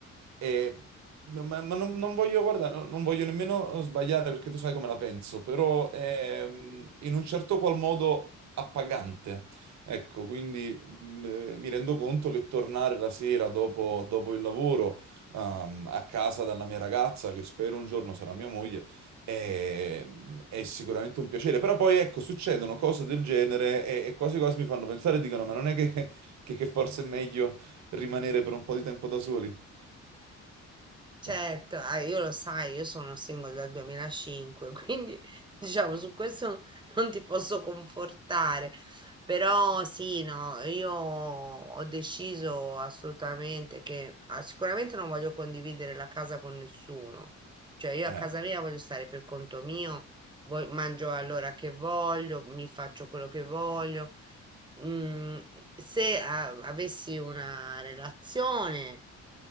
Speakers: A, on the right; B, on the right.
A: è- no, ma ma non, non voglio, guarda, no- non voglio nemmeno sbagliare perché tu sai come la penso, però è, mm, in un certo qual modo appagante. Ecco, quindi m- mi rendo conto che tornare la sera dopo, dopo il lavoro, ehm, a casa dalla mia ragazza, che spero un giorno sarà mia moglie, è, è sicuramente un piacere. Però poi, ecco, succedono cose del genere e, e quasi quasi mi fanno pensare e dicono, ma non è che, che- che forse è meglio rimanere per un po' di tempo da soli?
B: Certo,
A: Boh,
B: ah, io lo sai, io sono single dal 2005, quindi <laughs> diciamo su questo non ti posso confortare, però sì, no, io ho deciso assolutamente che ah, sicuramente non voglio condividere la casa con nessuno, cioè io a
A: eh.
B: casa mia voglio stare per conto mio, voi- mangio all'ora che voglio, mi faccio quello che voglio, mm, se a- avessi una relazione,